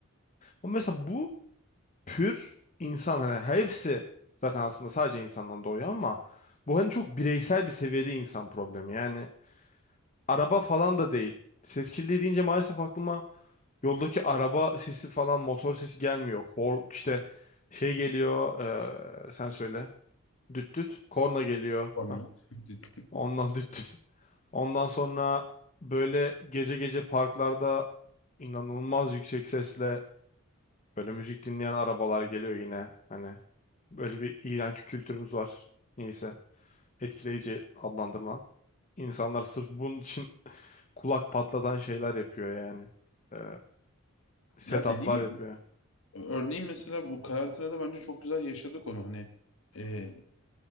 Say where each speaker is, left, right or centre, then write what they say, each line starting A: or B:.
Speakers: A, on the left; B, on the left.
A: o mesela bu pür insan hani hepsi zaten aslında sadece insandan doğuyor ama bu hani çok bireysel bir seviyede insan problemi. Yani araba falan da değil. Ses kirliliği deyince maalesef aklıma yoldaki araba sesi falan motor sesi gelmiyor. Hor, işte şey geliyor eee, sen söyle. Düt düt. Korna geliyor.
B: sorunu.
A: Hah,
B: <laughs> Ciddi.
A: ondan <laughs> düt düt. Ondan sonra böyle gece gece parklarda inanılmaz yüksek sesle böyle müzik dinleyen arabalar geliyor yine. Hani böyle bir iğrenç kültürümüz var. Neyse etkileyici adlandırılan. İnsanlar sırf bunun için <laughs> kulak patlatan şeyler yapıyor yani. Ee, setuplar
B: Ya dediğim gibi
A: yapıyor.
B: örneğin mesela bu karantinada bence çok güzel yaşadık onu. Hani e,